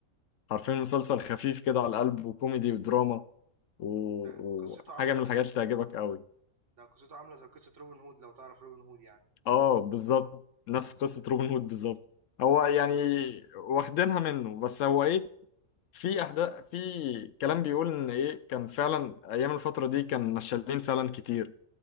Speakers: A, on the left; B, on the right.
A: عارفين مسلسل خفيف كده على القلب وكوميدي ودراما و...
B: آآ قصّته
A: وحاجة
B: عاملة
A: من
B: زي
A: الحاجات اللي تعجبك قوي
B: آه. ده قصّته عاملة زي قصّة روبن هود لو تعرف روبن هود يعني.
A: اه بالظبط نفس قصة روبن هود بالظبط هو يعني واخدينها منه بس هو ايه في احداث في كلام بيقول ان ايه كان فعلا ايام الفتره دي كان نشالين فعلا كتير